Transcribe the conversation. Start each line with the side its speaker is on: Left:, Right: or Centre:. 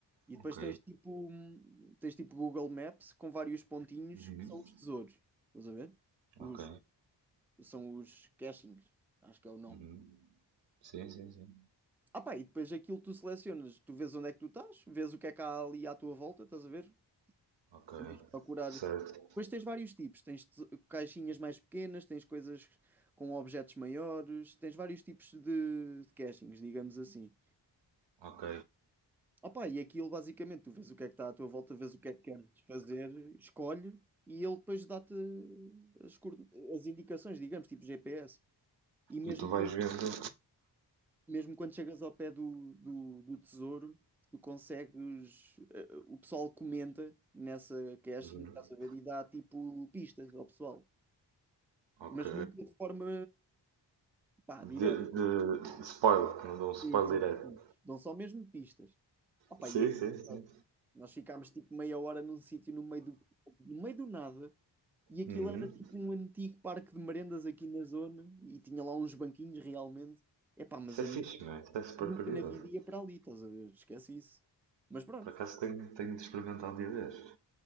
Centre: e
Right: Ok.
Centre: depois tens tipo, hum, tens tipo Google Maps com vários pontinhos
Right: Uhum.
Centre: que são os tesouros, estás a ver? Os,
Right: Ok.
Centre: são os cachings, acho que é o nome.
Right: Uhum. Sim, sim, sim.
Centre: Ah pá, e depois aquilo tu selecionas, tu vês onde é que tu estás, vês o que é que há ali à tua volta, estás a ver?
Right: Ok.
Centre: Tentas procurar.
Right: Certo.
Centre: Depois tens vários tipos, tens te- caixinhas mais pequenas, tens coisas com objetos maiores, tens vários tipos de, de cachings, digamos assim.
Right: Ok.
Centre: Ah pá, e aquilo basicamente, tu vês o que é que está à tua volta, vês o que é que queres fazer, escolhe e ele depois dá-te as, coorden- as indicações, digamos, tipo GPS. E mesmo
Right: E tu vais
Centre: quando
Right: vendo.
Centre: mesmo quando chegas ao pé do, do, do tesouro, tu consegues. eh, o pessoal comenta nessa caching,
Right: Uhum.
Centre: estás a ver, e dá tipo pistas ao pessoal,
Right: Ok.
Centre: mas nunca de forma pá, direta.
Right: De, de spoiler, que não dão spoiler
Centre: Sim, sim,
Right: direto.
Centre: sim. Dão só mesmo pistas. Opa,
Right: Sim,
Centre: e é engraçado.
Right: sim, sim.
Centre: Nós ficámos tipo meia hora num sítio no meio do, no meio do nada. E aquilo
Right: Uhum.
Centre: era tipo um antigo parque de merendas aqui na zona e tinha lá uns banquinhos realmente. Epá, mas
Right: Isso
Centre: eu
Right: é fixe, meu. Isso é super
Centre: Nunca
Right: curioso.
Centre: na vida ia para ali, estás a ver? Esquece isso. Mas pronto.
Right: Por acaso tenho, tenho de experimentar um dia destes.